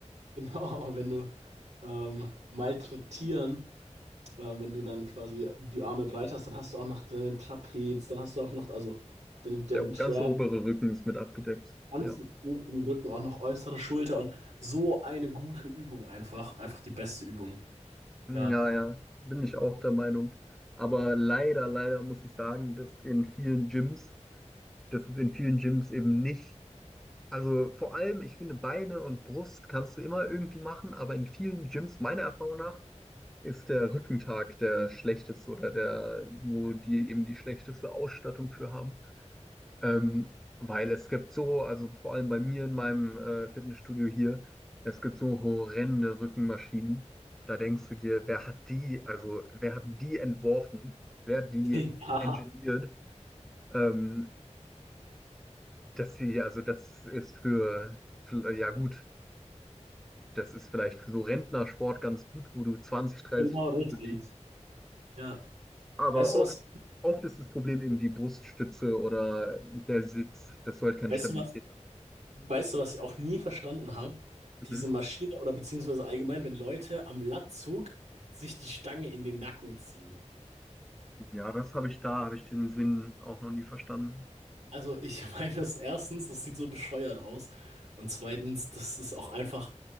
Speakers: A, on the right; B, in the centre.
A: genau, aber wenn du ähm, malträtieren Äh, wenn du dann quasi die Arme breit hast, dann hast du auch noch deinen Trapez, dann hast du auch noch, also den deinen
B: Der
A: Tram,
B: ganze obere Rücken ist mit abgedeckt.
A: ganzen
B: Ja.
A: oberen Rücken, auch noch äußere Schulter und so eine gute Übung einfach. Einfach die beste Übung.
B: Hm,
A: Ja.
B: Ja, ja, bin ich auch der Meinung. Aber leider, leider muss ich sagen, dass in vielen Gyms, dass es in vielen Gyms eben nicht, also vor allem, ich finde, Beine und Brust kannst du immer irgendwie machen, aber in vielen Gyms, meiner Erfahrung nach, ist der Rückentag der schlechteste oder der, wo die eben die schlechteste Ausstattung für haben. Ähm, weil es gibt so, also vor allem bei mir in meinem äh, Fitnessstudio hier, es gibt so horrende Rückenmaschinen. Da denkst du dir, wer hat die, also wer hat die entworfen? Wer hat die
A: <laughs> Ja,
B: engineert? Ähm, dass sie, also das ist für, für, ja gut, das ist vielleicht für so Rentnersport ganz gut, wo du 20, 30
A: genau,
B: Kilo
A: richtig.
B: bewegst.
A: Ja.
B: Aber
A: Weißt du
B: oft,
A: was?
B: oft ist das Problem eben die Bruststütze oder der Sitz, dass du halt keine
A: Weißt
B: Stabilität
A: du was? Weißt du, was ich auch nie verstanden habe? Diese
B: hast.
A: Maschine oder beziehungsweise allgemein, wenn Leute am Latzug sich die Stange in den Nacken ziehen.
B: Ja, das habe ich da, habe ich den Sinn auch noch nie verstanden.
A: Also ich <laughs> meine, das erstens, das sieht so bescheuert aus. Und zweitens, das ist auch einfach